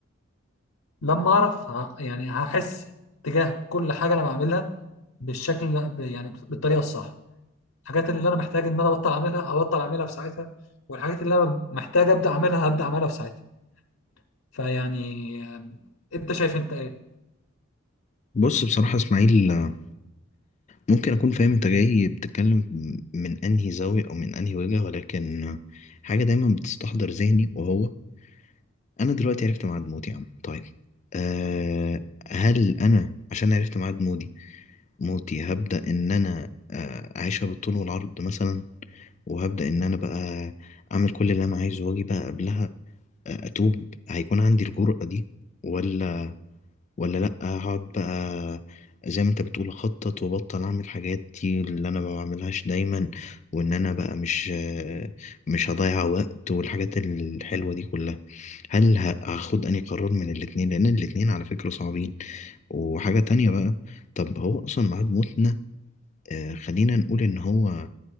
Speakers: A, on the left; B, on the left.
A: لما اعرف ه- يعني هحس تجاه كل حاجه انا بعملها بالشكل ب- يعني بالطريقه الصح الحاجات اللي انا محتاج ان انا ابطل اعملها هبطل اعملها في ساعتها والحاجات اللي انا محتاج ابدا اعملها هبدا اعملها في ساعتها فيعني آه، انت شايف انت ايه
B: بص بصراحة يا إسماعيل آه، ممكن أكون فاهم أنت جاي بتتكلم من أنهي زاوية أو من أنهي وجهة ولكن آه، حاجة دايما بتستحضر ذهني وهو أنا دلوقتي عرفت ميعاد موتي يا عم طيب أه هل أنا عشان عرفت ميعاد موتي موتي هبدأ إن أنا آه، أعيشها بالطول والعرض مثلا وهبدأ إن أنا بقى أعمل كل اللي أنا عايزه وأجي بقى قبلها اتوب هيكون عندي الجرأة دي ولا ولا لا هقعد بقى زي ما انت بتقول اخطط وابطل اعمل حاجات دي اللي انا ما بعملهاش دايما وان انا بقى مش مش هضيع وقت والحاجات الحلوة دي كلها هل ه- هاخد اني قرار من الاتنين لان الاتنين على فكرة صعبين وحاجة تانية بقى طب هو اصلا ميعاد موتنا آه، خلينا نقول ان هو